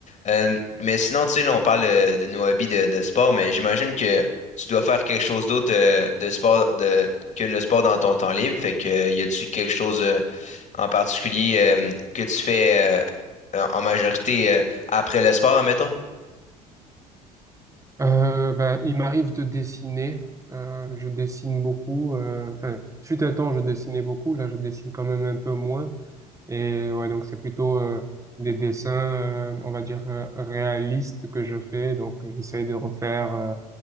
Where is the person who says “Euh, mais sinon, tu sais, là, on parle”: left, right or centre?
Left